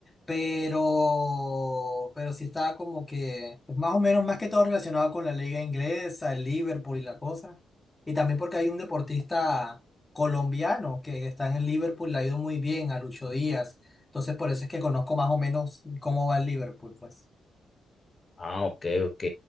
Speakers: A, on the left; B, on the left.
A: pero, pero sí está como que pues, más o menos, más que todo relacionado con la liga inglesa, el Liverpool y la cosa. Y también porque hay un deportista colombiano que está en el Liverpool, le ha ido muy bien a Lucho Díaz. Entonces, por eso es que conozco más o menos cómo va el Liverpool, pues.
B: Ah, ok, ok.